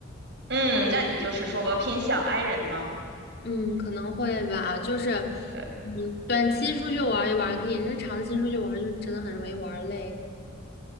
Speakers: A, on the right; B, on the left.
A: 嗯，那你就是说偏向 I 人吗？
B: 嗯，可能会吧，就是
A: 对，
B: 嗯，短期出去玩一玩可以，那长期出去玩就真的很容易玩累。